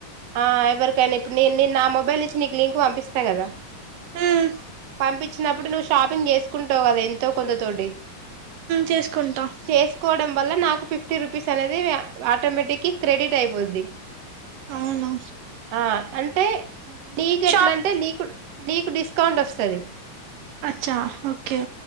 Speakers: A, on the right (about 60°); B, on the right (about 75°).
A: ఆ ఎవరికయనా ఇప్పుడు నేను నే నా మొబైల్ నుంచి నీకు లింక్ పంపిస్తా కదా
B: మ్మ్
A: పంపించినప్పుడు నువ్వు షాపింగ్ చేసుకుంటావు కదా ఎంతో కొంత తోటి
B: చేసుకుంటా
A: చేసుకోవడం వల్ల నాకు ఫిఫ్టీ రూపీస్ అనేది ఆటోమేటిక్ క్రెడిట్ అయిపోద్ది
B: అవును
A: ఆ అంటే నీకు
B: షాప్
A: ఎట్లా అంటే నీకు నీకు డిస్కౌంట్ వస్తుంది
B: అచ్చా ఓకే